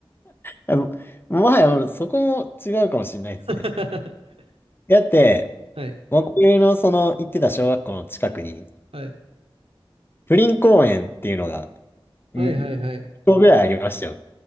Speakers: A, on the left; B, on the right.
A: やももはや、そこも違うかもしれないですね。
B: <laughs>
A: だって、
B: はい。
A: 僕のその行ってた小学校の近くに、
B: はい。
A: プリン公園っていうのが、
B: はいはいはい。
A: ん1個ぐらいありましたよ。